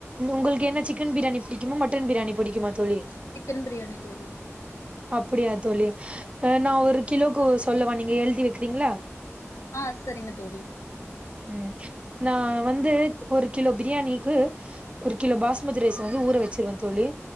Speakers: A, on the right (about 25°); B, on the left (about 75°).
A: உங்களுக்கு என்ன சிக்கன் பிரியாணி புடிக்குமா மட்டன் பிரியாணி புடிக்குமா தோழி
B: சிக்கன் பிரியாணி தோழி
A: அப்படியா தோழி நான் ஒரு கிலோக்கு சொல்லவ நீங்க எழுதி வைக்கிறீங்களா
B: ஆஹ் செரிங்க தோழி
A: ம் நான் வந்து ஒரு கிலோ பிரியாணிக்கு ஒரு கிலோ பாஸ்மதி ரைஸ் வந்து ஊற வச்சுருவேன் தோழி